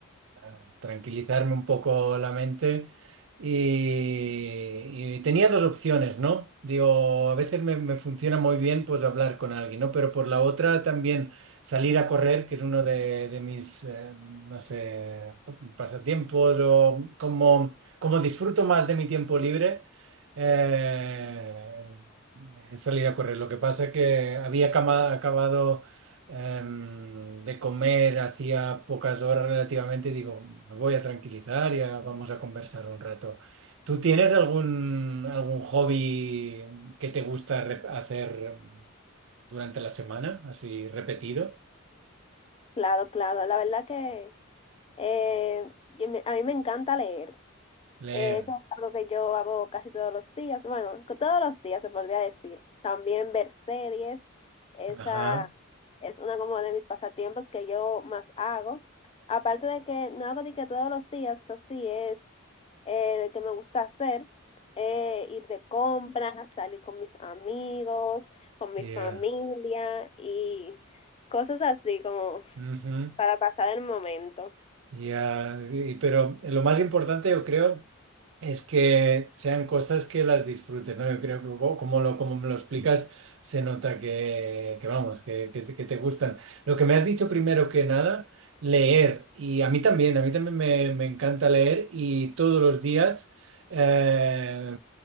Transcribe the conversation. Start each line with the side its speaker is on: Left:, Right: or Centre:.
Right: a tranquilizarme un poco la mente. Y, y tenía dos opciones, ¿no? Digo, a veces me, me funciona muy bien pues hablar con alguien, ¿no? Pero por la otra también salir a correr, que es uno de, de mis, eh, no sé, pasatiempos o como, como disfruto más de mi tiempo libre, eh, es salir a correr. Lo que pasa que había cama- acabado em, de comer hacía pocas horas relativamente, digo, me voy a tranquilizar, ya vamos a conversar un rato. ¿Tú tienes algún, algún hobby que te gusta rep- hacer durante la semana, así repetido?
Left: Claro, claro. La verdad que eh, yo me- a mí me encanta leer.
Right: Leer.
Left: Eh, eso es algo que yo hago casi todos los días. Bueno, que todos los días se podría decir. También ver series. Esa
Right: Ajá.
Left: es una como de mis pasatiempos que yo más hago. Aparte de que no hago ni que todos los días, así es. eh, que me gusta hacer, eh, ir de compras, salir con mis amigos, con mi
Right: Ya.
Left: familia y cosas así como
Right: Ujú.
Left: para pasar el momento.
Right: Ya. sí, pero lo más importante, yo creo. es que sean cosas que las disfrutes, ¿no? Yo creo que co- como, lo, como me lo explicas, se nota que, que vamos, que, que, te que te gustan. Lo que me has dicho primero que nada, leer. Y a mí también, a mí también me, me encanta leer y todos los días eh,